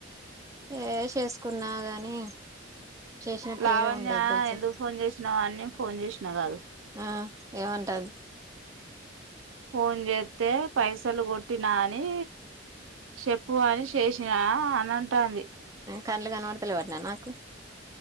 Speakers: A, on the right (about 15°); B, on the right (about 80°).
A: ఏ చేసుకున్నా గాని చేసిన
B: లావణ్య
A: పేరే ఉండదు తెలుసా
B: ఎందుకు ఫోన్ జేసినావని ఫోన్ చేసినా గదు
A: ఆ ఏమంటాన్
B: ఫోన్ జేత్తే పైసలు గొట్టినా అని చెప్పు అని చేసినా అని అంటాంది.
A: కండ్లు కనవడలేవటన నాకు